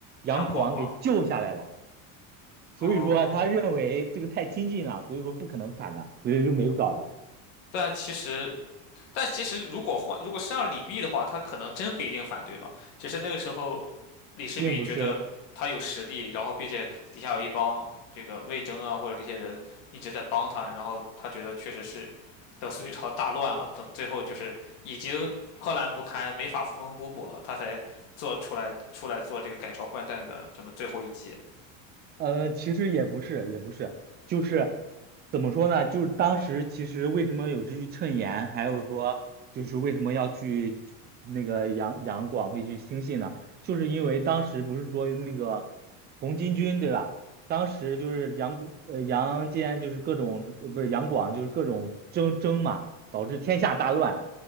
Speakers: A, on the right; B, on the left.
A: 广王给救下来了。
B: 杨广吗？
A: 所以说他认为这个太亲近了，
B: 哦，
A: 所以说不可能反的，所以就没有搞的，
B: 但其实但其实如果换，如果是让李密的话，他可能真不一定反对吧。只是那个时候，李世民觉得他有实力，
A: 并不是
B: 然后并且底下有一帮这个魏征啊或者这些人一直在帮他，然后他觉得确实是等隋朝大乱了，等最后就是已经破烂不堪，没法缝缝补补了，他才做出来出来做这个改朝换代的这么最后一击。
A: 呃，其实也不是，也不是，就是怎么说呢？就是当时其实为什么有这句谶言，还有说就是为什么要去那个杨杨广会去兴信呢？就是因为当时不是说那个红巾军对吧？当时就是杨谷呃杨坚就是各种呃不是杨广就是各种争争嘛，导致天下大乱，